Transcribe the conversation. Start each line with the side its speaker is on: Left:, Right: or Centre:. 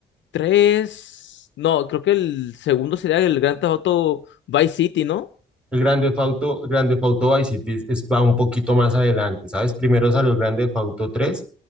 Left: 3, no, creo que el segundo sería el Grand Theft Auto Vice City, ¿no?
Centre: El grande Fauto grande Theft Auto Vice City es- es- va un poquito más adelante, ¿sabes? Primero salió el grande Fauto 3.